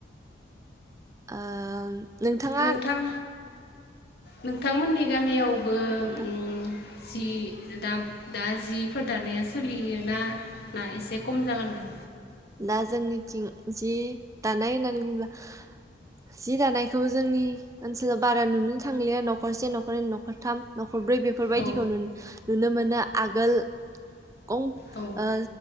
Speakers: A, on the right (about 20°); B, on the left (about 60°).
A: आम नोंथांआ
B: नोंथां नोंथांमोननि गामिआवबो
A: नोंथां
B: उम जि दा दा जिफोर दानाया सोलियोना ना एसे खम जालांदों
A: दा जोंनिथिं जि दानाय होननानै बुङोब्ला हो जि दानायखौ जोंनि ओनसोलाव बारा नुनो थांलिया न'खरसे न'खर नै न'खरथाम न खरब्रै बेफोर बायदिखौ
B: औ
A: नुनो मोनो आगोल गंक
B: औ
A: ओ